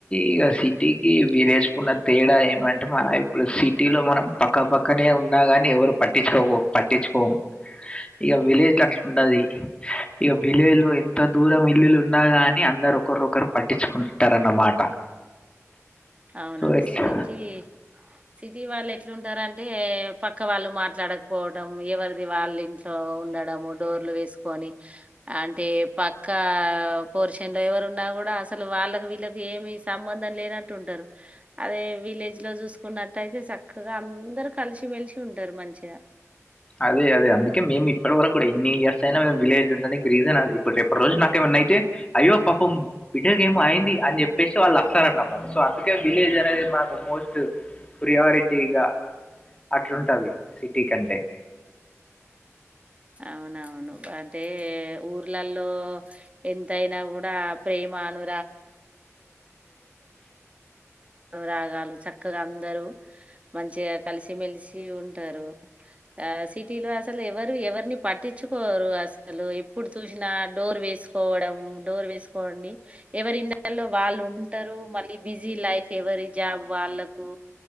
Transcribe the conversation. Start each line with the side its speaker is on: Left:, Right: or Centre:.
Left: ఇక సిటీకి విలేజ్ కున్న తేడా ఏమంటె మన ఇప్పుడు సిటీలొ మనం పక్క పక్కనే ఉన్నాగాని ఎవరు పట్టించుకొపోమ్ పట్టించుకోమ్ ఇక విలేజ్ లో అట్లు ఉండది ఇక విలేజ్ లో ఎంత దూరం ఇల్లులు ఉన్నా గానీ అందరు ఒకరువొకరు పట్టించుకుంటరన్న మాట్
Right: అవునవును
Left: ఇట్లా
Right: సిటీ, సిటీ వాల్ ఎ ట్లవుంటారంటే పక్ క్క వాళ్ళు మాట్లాడక్ పోవటం ఎవరిది వాళ్ళింట్లో ఉండడము డోర్లు వేస్ పోని అంన్ తే పక్కావ్ పోర్షన్ లో ఎవరున్నా కూడా అసలు వాళ్ళకు వీళ్ళకి ఏమిస్ సంబంధం లేనట్టు ఉంటరు. అదే విలేజ్ లో చూసుకున్నట్టయైతే సక్కగా అందరూ కల్సిమెల్సి సుంటారు మంచిగా
Left: అదే అదే అందుకే మేమ్ ఇప్పటి వరకు కూడా ఎన్ని ఇయర్ సైన మేమ్ విలేజ్ ఉంననీకి తిరిగిన నాది ఇప్పర్ రేపడ్ రోజు నాకేమన్నా అయితే అయ్యో పాపం బి డ్డకు ఏమో అయింది అని చెప్పేసి వాళ్ళు వస్సారన్నబట్ సో అందుకే విలేజ్ అనేది మాకు మోస్ట్ ప్రియారిటీగా అట్లుంటాది, సిటీ కంటే
Right: అవునవును అంటే ఊర్లల్ లో ఎంతయినా కూడా ప్రేమాను రాగాలు చక్కగా అందరు మంచిగా కలిసిమెలిసి ఉంటారు, ఆ సిటీలో అసల ఎవరు ఎవర్ని పట్టించుకోరు అసలు ఎప్పుడు చూసినా డోర్ వేసుకోవడం, డోర్ వేసుకోని ఎవరి ఇండ లో వాళ్ళు ఉంటారు మళ్ళీ బిజీ లైఫ్ ఎవరి జాబ్ వాళ్ళకు,